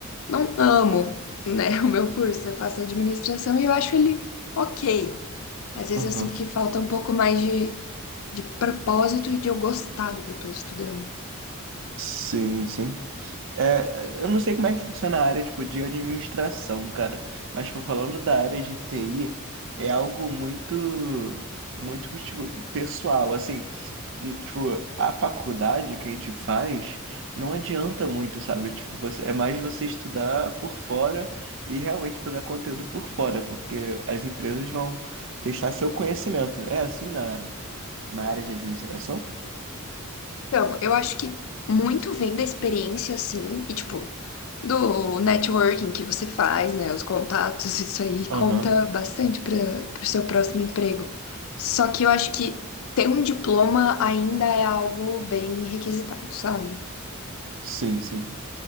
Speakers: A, on the left; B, on the right.
A: não amo, né, <laughs> o meu curso. Eu faço administração e eu acho ele ok. Às vezes
B: Aham.
A: eu sinto que falta um pouco mais de, de propósito e de eu gostar do que eu tô estudando.
B: Sim, sim. É, eu não sei como é que funciona a área, tipo, de administração, cara. Mas, tipo, falando da área de TI, é algo muito, muito, tipo, pessoal, assim. n- Tipo, a faculdade que a gente faz não adianta muito, sabe? Tipo, você, é mais você estudar por fora e realmente pegar conteúdo por fora, porque as empresas vão testar seu conhecimento. É assim na, na área de administração?
A: Então, eu acho que muito vem da experiência, assim, e tipo, do networking que você faz, né, os contatos, isso aí
B: Aham,
A: conta bastante para o seu próximo emprego. Só que eu acho que ter um diploma ainda é algo bem requisitado, sabe?
B: Sim, sim.